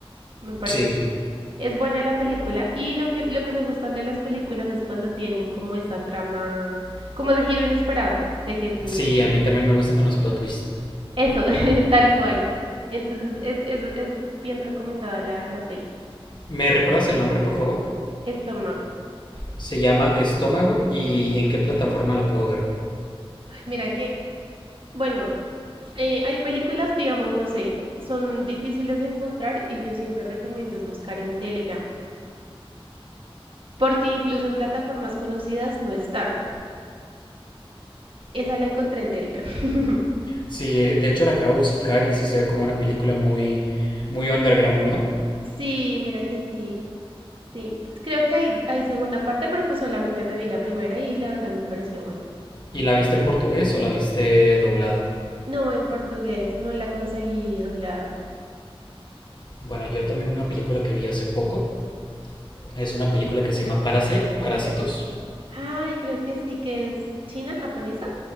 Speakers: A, on the right; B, on the left.
A: me pareció.
B: Sí,
A: Es buena la película y lo que, lo que me gustan de las películas es cuando tienen como esa trama, como de giro inesperado, de que tú,
B: sí, a mí también me gustan los plot twists.
A: eso, <laughs> tal cual. Entonces es, es, es bien recomendada la, la peli.
B: ¿Me recuerdas el nombre, por favor?
A: Estómago.
B: Se llama Estómago y en qué plataforma la puedo ver.
A: Mira que Bueno, eh, hay películas, digamos, no sé, son difíciles de encontrar y yo siempre recomiendo es buscar en Telegram, porque incluso en plataformas conocidas no están. Esa la encontré en Telegram. <laughs>
B: Sí, de hecho la acabo de buscar y sí se ve como una película muy, muy underground, ¿no?
A: Sí, mira que sí, sí. Creo que hay, hay segunda parte, pero pues solamente me vi la primera y la verdad me pareció buena.
B: ¿Y la viste en portugués o la viste doblada?
A: No, en portugués, no la conseguí doblada.
B: Bueno, yo también una película que vi hace poco. Es una película que se llama Parasite, Parásitos.
A: Ay, creo que sí que es china, japonesa,